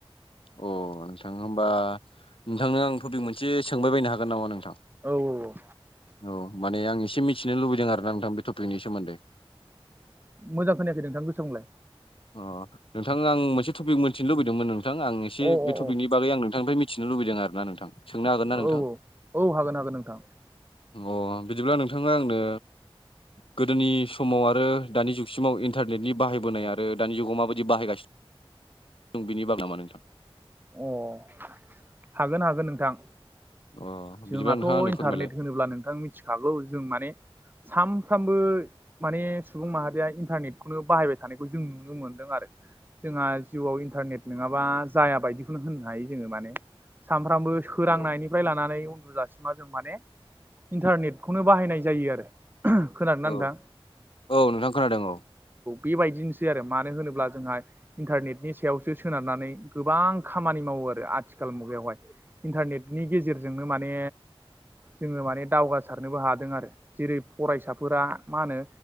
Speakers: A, on the left; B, on the right.
A: अ नोंथां होमबा नोंथांनो आं थपिक मोनसे सोंबाय बायनो हागोन नामा नोंथां
B: औ औ
A: औ माने आं एसे मिथिनो लुबैदों आरोना नोंथां बे टपिकनि सोमोन्दै
B: मोजां खोनायाखै नोंथां गोसा बुंलाय
A: अ नोंथां आं मोनसे टपिक मोनथिनो लुबैदोंमोन नों नोंथां आं एसे
B: अ
A: बे
B: अ
A: टपिकनि
B: अ
A: बागै आं नोंथांनिफ्राय मिथिनो लुबैदों आरोना नोंथां सोंनो हागोन ना नोंथां
B: औ औ हागोन हागोन नोंथां
A: अह बिदिब्ला नोंथाङा आंनो गोदोनि समाव आरो दानि जुगसिमाव इन्टारनेटनि बाहायबोनाय आरो दानि जुगाव माबायदि बाहायगासि <unintelligible>
B: अ हागोन हागोन नोंथां
A: अ
B: जोंहाथ'
A: बिदिब्ला नोंथाङा आंनो
B: इन्टारनेट
A: फोरमायलाय
B: होनोब्ला नोंथां मिथिखागौ जों माने सानफ्रोमबो माने सुबुं माहारिया इन्टारनेटखौनो बाहायबाय थानायखौ जों नुनो मोनदों आरो जोंहा जिउआव इन्टारनेट नङाबा जाया बायदिखौनो होननो हायो जोङो माने सानफ्रामबो सोरांनायनिफ्राय
A: औ
B: लानानै उन्दुजासिमा जों माने इन्टारनेटखौनो बाहायनाय जायो आरो खोनादोंना
A: औ
B: नोंथां
A: औ नोंथां खोनादों औ
B: बेबायदिनोसै आरो मानो होनोब्ला जोंहा इन्टारनेटनि सायावसो सोनारनानै गोबां खामानि मावो आरो आथिखाल मुगायावहाय इन्टारनेटनि गेजेरजोंनो माने जोङो माने दावगासारनोबो हादों आरो जेरै फरायसाफोरा मा होनो